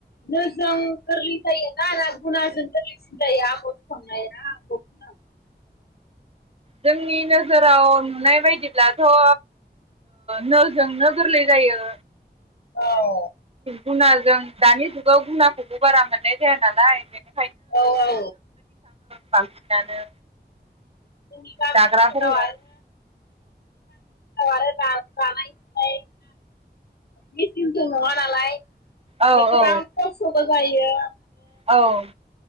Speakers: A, on the left; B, on the right.
A: नोजों गोरलै जायोना आरो गुनाजों गोरलैसिन जायो आगर सखांनाया आ खा
B: जोंनि नोजोराव नुनाय बायदिब्लाथ' ओ नोजोंनो गोरलै जायो
A: औ
B: गुनाजों दानि जुगाव गुनाखौबो बारा मोननाय जाया नालाय बेनो
A: औ औ
B: बांसिनानो
A: <unintelligible> नि गामिाव
B: दाग्राफोरखौ
A: आरो जानायनि मेचनजों नङा नालाय
B: औ
A: एसेबां
B: औ
A: कस थ' जायो
B: औ